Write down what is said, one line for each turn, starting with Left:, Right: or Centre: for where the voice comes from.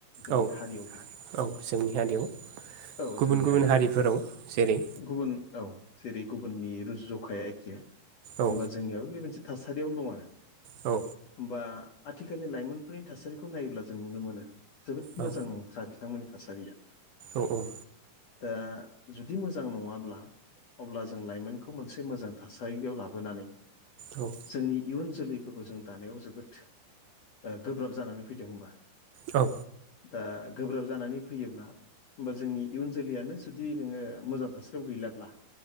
Left: दिनै
Right: औ
Left: हारियावबो
Right: औ जोंनि हारियाव
Left: औ
Right: गुबुन
Left: जोंनि
Right: गुबुन
Left: हारियावबो
Right: हारिफोराव जेरै
Left: गुबुन औ जेरै गुबुननि रुजु जखाया एखे होनबा
Right: औ
Left: जोंनियाबो बे मोनसे थासारियावनो दं आरो।
Right: औ
Left: होम बा आथिखालनि लाइमोनफोरनि थासारिखौ नायोब्ला जों नुनो मोनो जोबोद
Right: औ
Left: मोजां नङ जा बिथांमोननि थासारिया
Right: औ औ
Left: दा जुदि मोजां नङाब्ला अब्ला जों लाइमोनखौ मोनसे मोजां थासारियाव लाबोनानै
Right: औ
Left: जोंनि इयुन जोलैफोरखौ जों दानायाव जोबोद ओ गोब्राब जानानै फैदों होमबा
Right: औ।
Left: दा गोब्राब जानानै फैयोब्ला होमबा जोंनि इयुन जोलैयानो जुदि नोङो मोजां थासारियाव गैलाब्ला